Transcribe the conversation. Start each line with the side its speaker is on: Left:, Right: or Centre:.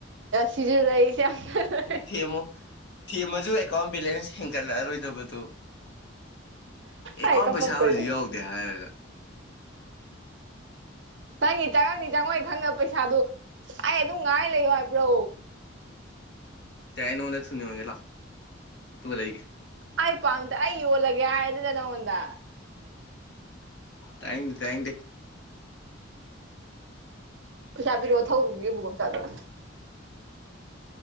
Right: ꯁꯤꯁꯨ ꯂꯩꯁꯦ ꯌꯥꯝ ꯐꯖ
Left: ꯊꯃꯣ ꯊꯦꯝ ꯃꯁꯨꯨ ꯑꯦꯀꯥꯎꯟ ꯕꯦꯂꯦꯟꯁ ꯍꯦꯟꯒꯠꯂꯛꯑꯔꯣꯏꯗꯕꯗꯨ ꯑꯦꯀꯥꯎꯟ
Right: ꯑꯩ ꯀꯞꯄꯛꯇꯣꯏꯅꯤ
Left: ꯄꯩꯁꯥ ꯍꯧꯖꯤꯛ ꯌꯥꯎꯗꯦ ꯍꯥꯏꯔꯒ
Right: ꯅꯪꯅꯤ ꯆꯪꯉꯪꯅꯤ ꯆꯪꯉꯣꯏ ꯈꯪꯗ ꯄꯩꯁꯥꯗꯣ ꯑꯩ ꯑꯗꯨꯝ ꯉꯥꯏ ꯂꯩꯌꯣ ꯍꯥꯏꯕ꯭ꯔꯣ
Left: ꯇꯏ ꯅꯅꯅꯅꯒꯦ ꯂꯥꯛ ꯇꯨꯡꯗꯥ ꯑꯩꯒꯤ
Right: ꯑꯩ ꯄꯥꯝꯗꯦ ꯑꯩ ꯌꯣꯜꯂꯒꯦ ꯍꯥꯏꯔꯗꯅ ꯅꯪꯉꯣꯟꯗ
Left: ꯇꯥꯏꯗ ꯇꯥꯏ
Right: ꯄꯩꯁꯥ ꯄꯔꯛꯑꯣ ꯊꯧꯔꯨꯒ ꯌꯦꯕꯨ ꯀꯝ ꯆꯥꯗꯅ